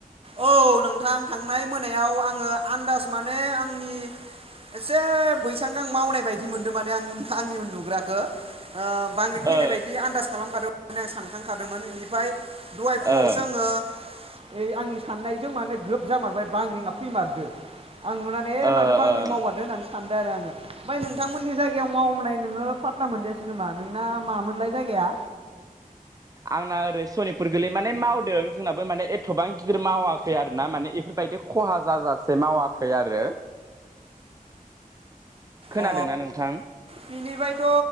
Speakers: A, on the right; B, on the right.
A: औ नों नोंथां थांनाय मोनायाव आङो आन्दाज माने आंनि एसे बैसां आं मावनाय बायदि मोन माने आं आं उन्दुग्राखौ ओ बांग्रिं फैनाय
B: ओ
A: बायदि आन्दाज खालामखादों होननानै आं सानखांखादोंमोन बेनिफ्राय दहाय फुङावसो
B: ओ
A: आङो इ आंनि साननायजों माने ग्रोब जामारबाय बांग्रिंआ फैमारदो आं नुनानै
B: ओ
A: माथोबा आंजों
B: ओ
A: मावगारदों होननानैसै सानदों आरो आङो ओमफ्राय नोंथांमोननि जायगायाव मावनाय नोङो पातताना मोनजायासै नामा नोंना मामोनलाय जायगाया?
B: आंना ओरै सनिपुर गोरलै माने मावदों जोंनाबो माने एथबां गिदिर मावाखै आरो ना माने इफोरबायदि खहा जाजासे मावाखै आरो खोनादोंना
A: अ
B: नोंथां
A: बिनिफ्रायथ